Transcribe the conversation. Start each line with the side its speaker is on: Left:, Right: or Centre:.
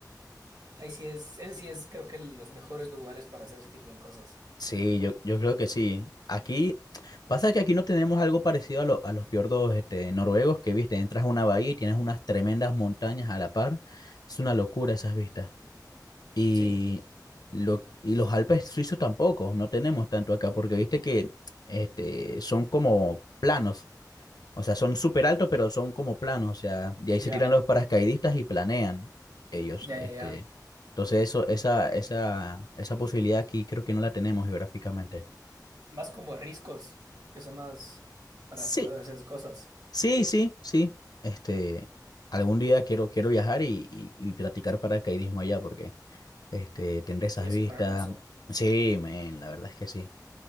Right: Ahí sí es, ese sí es, creo que los mejores lugares para hacer ese tipo de cosas.
Left: Sí, yo, yo creo que sí. Aquí, pasa que aquí no tenemos algo parecido a, lo- a los fiordos, este, noruegos, que viste, entras a una bahía y tienes unas tremendas montañas a la par. Es una locura esas vistas. Y,
Right: Sí,
Left: lo, y los Alpes suizos tampoco, no tenemos tanto acá, porque viste que este, son como planos, o sea, son súper altos, pero son como planos, o sea, de ahí
Right: ya,
Left: se tiran los paracaidistas y planean ellos.
Right: ya,
Left: Este,
Right: ya, ya.
Left: entonces, eso, esa, esa, esa posibilidad aquí creo que no la tenemos geográficamente.
Right: Más como riscos, que son más para
Left: Sí,
Right: poder hacer esas cosas.
Left: sí, sí, sí. Este, algún día quiero, quiero viajar y, y, y practicar paracaidismo allá, porque este, tendré esas
Right: Sí, es
Left: vistas.
Right: súper hermoso.
Left: Sí, men, la verdad es que sí.